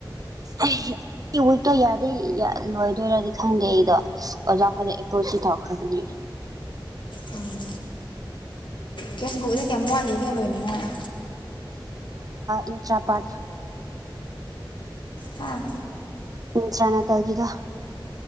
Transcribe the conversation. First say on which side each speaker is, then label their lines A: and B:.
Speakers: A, on the right (about 45°); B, on the left (about 70°).
A: ꯑꯩ ꯋꯤꯛꯇꯣ ꯌꯥꯔꯗꯤ ꯂꯣꯏꯗꯣꯏꯔꯗꯤ ꯈꯪꯗꯦ ꯑꯩꯗꯣ ꯑꯣꯖꯥꯈꯖꯥ ꯑꯦꯄ꯭ꯔꯣꯁꯤ ꯇꯧꯈ꯭ꯔꯕꯅꯦ
B: ꯎꯝ <inaudible> ꯀꯁꯕꯨꯛꯗ ꯀꯌꯥꯃꯨꯦꯒ ꯂꯣꯏꯅꯤꯡꯉ
A: ꯏꯟꯗ꯭ꯔꯥꯄꯥꯔ
B: ꯍꯥꯥ
A: ꯃꯤꯇ꯭ꯔꯥ ꯅ ꯇꯒꯤꯒ